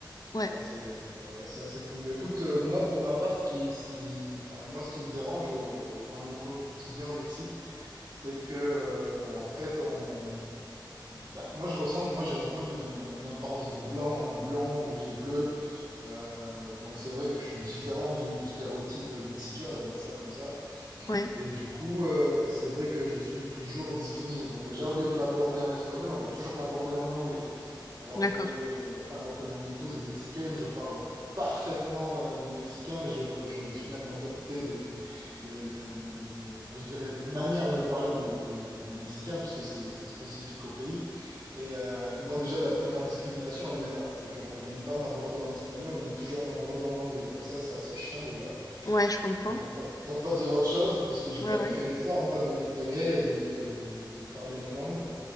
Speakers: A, on the left (about 50°); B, on the right (about 40°).
A: Ouais,
B: ah, c'est- ouais, c'est assez fou. Bah, écoute, euh, moi, pour ma part, ce qui, ce qui, enfin, moi, ce qui me dérange au- dans mon quotidien au Mexique, c'est que, euh, en fait, on, bah, moi, je ressemble, moi, j'ai vraiment une, une apparence de blanc, un blond aux yeux bleus. Euh, donc, c'est vrai que je suis différent du, du stéréotype mexicain, on va dire ça comme ça.
A: ouais,
B: Et du coup, heu, c'est vrai que je suis toujours discriminé. Donc déjà, au lieu de m'aborder en espagnol, on va toujours m'aborder en anglais. Alors
A: d'accord.
B: que alors que mon épouse est mexicaine, je parle parfaitement, heu, le mexicain et je je j'ai même adopté les les les les les les enfin, je dirais, les manières de parler de de de des Mexicains puisque c'est c'est spécifique au pays et heu et moi déjà, la première discrimination, elle vient là. C'est qu'on vient pas m'aborder en espagnol, on vient toujours m'aborder en anglais. Donc ça, c'est assez chiant déjà
A: Ouais, je comprends.
B: euh, pour, pour, pour pas dire autre chose, puisque j'ai
A: Ouais,
B: quand même
A: ouais.
B: fait l'effort, moi, de m'intégrer et de, de, de, de, de parler la langue.